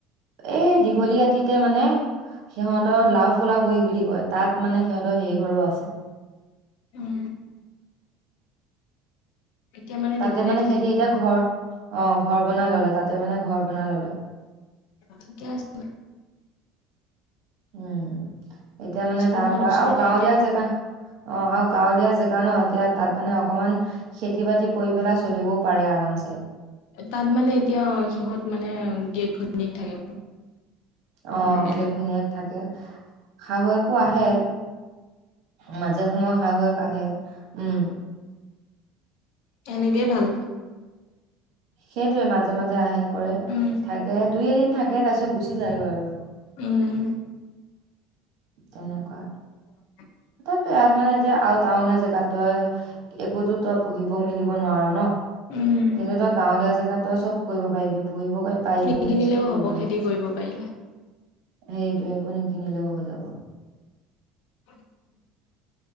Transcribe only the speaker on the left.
উম। এতিয়া
দীঘলীয়াতি
থাকে
থিকে আছে।
স্কুলখন
ওচৰতে
এতিয়া
তাত মানে এতিয়া সিহঁত মানে গিয়েক ঘৈণীয়েক থাকে?
বেলেগ
তেনেকেই ভাল।
উম,
উম।
<inaudible>
উম,
নিকিনিলেও
হ'ব
খেতি কৰিব পাৰিলে।
<unintelligible>